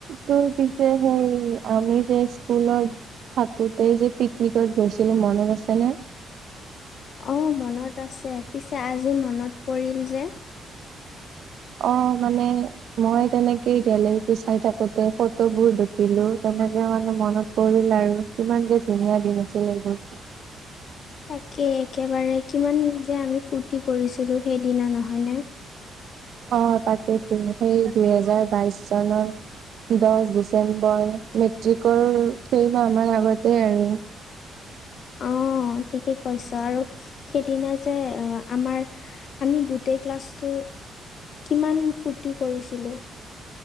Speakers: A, on the right; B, on the left.
A: তোৰ পিছে সেই আমি যে স্কুলত থাকোতেই যে পিকনিকত গৈছিলো মনত আছে নে
B: অ মনত আছে, পিছে আজি মনত পৰিল যে
A: অ মানে মই, তেনেকেই গেলেৰিটো চাই থাকোতে ফটোবোৰ দেখিলো। তেনেকে মানে মনত পৰিল আৰু ইমান যে, ধুনীয়া দিন আছিল এইবোৰ।
B: তাকে একেবাৰে কিমান যে আমি ফুৰ্তি কৰিছিলো, সেইদিনা নহয় নে
A: অ তাকেইতো সেই দুইহেজাৰ বাইছ চনৰ দহ ডিচেম্বৰ মেট্ৰিকৰ কেইমাহ মানৰ আগতে আৰু।
B: অ ঠিকেই। কৈছ আৰু সেইদিনা যে আমাৰ আমি গোটেই ক্লাছটো কিমান ফূৰ্তি কৰিছিলো।